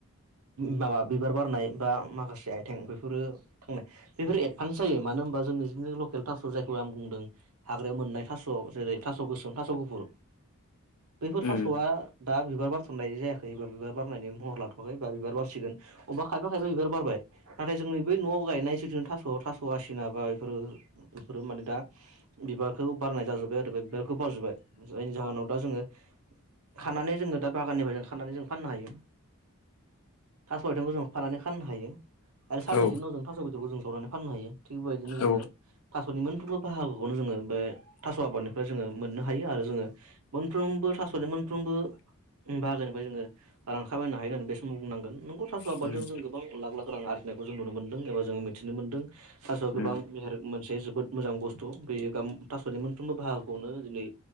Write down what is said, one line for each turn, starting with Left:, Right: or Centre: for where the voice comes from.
Right: माबा बिबार बारनाय बा माखासे आथिं बेफोरो थांनाय बेफोर एडभान्स जायो मानो होनबा जोंनिनो लकेल थास' जायखौ आं बुंदों। हाग्रायाव मोननाय थास' जेरै थास' गोसोम थास' गुफुर बैफोर थास'आ
Left: उम
Right: दा बिबार बारथ'नाय जाय <unintelligible> बिबार बारनायनि महर लाथ'वाखै बा बिबार बारसिगोन अबा खायफा खायफा बिबार बारबाय। नाथाय जोंनि नैबे न'आव गायनाय थास' आसिना बा इफोरो इफोरो माने दा बिबारखौ बारनाय जाजोबबाय आरो बे बिबारखौ बारजोबबाय जायनि जाहोनाव दा जोङो खानानै जोङो दा बागाननिफ्राय जों खानानै जों फाननो हायो थास' आथिंखौ जों फारानै फाननो हायो। आरो साननैसो
Left: औ
Right: उनाव जों थास' बिदरखौ जों जावनानै फाननो हायो थिग बेबायदिनो जोङो
Left: औ
Right: थास'नि मोनफ्रोमबो बाहागोखौनो जोङो बे थास' आबादनो बो जोङो मोननो हायो आरो जोङो मोनफ्रोमबो थास'नि मोनफ्रोमबो उम बाहागोनि जोङो रां खामायनो हायो होननानै बे समाव बुंनांगोन नंगौ थास'
Left: उम
Right: आबादजों जों गोबां लाख लाख रां आरजिनायखौ जों नुनो मोनदों एबा जोङो मिथिनो मोनदों थास'आ गोबां
Left: उम
Right: मेहेर मोनसे जोबोद मोजां बुस्थु बेयो गाम थास'नि मोनफ्रोमबो बाहागोखौनो दिनै